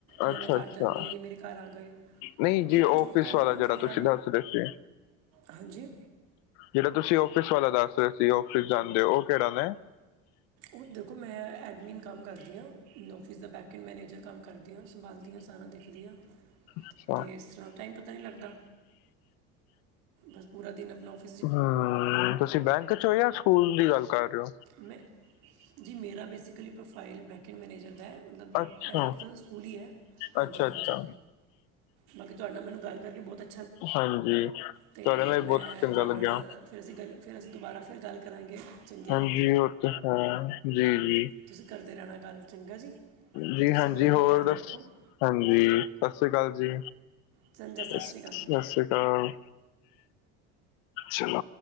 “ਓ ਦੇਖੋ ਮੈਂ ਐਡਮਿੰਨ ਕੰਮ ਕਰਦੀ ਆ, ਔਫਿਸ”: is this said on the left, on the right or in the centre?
Right